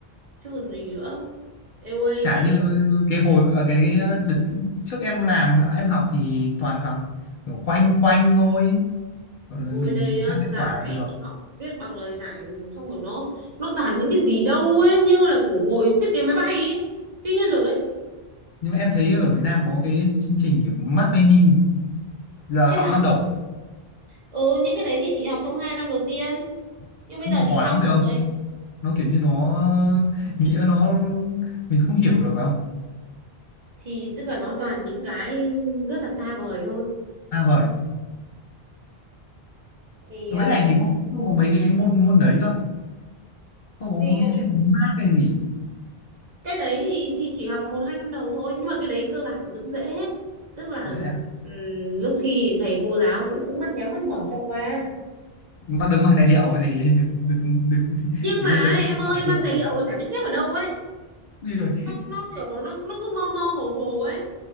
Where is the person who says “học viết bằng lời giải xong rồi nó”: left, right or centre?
Right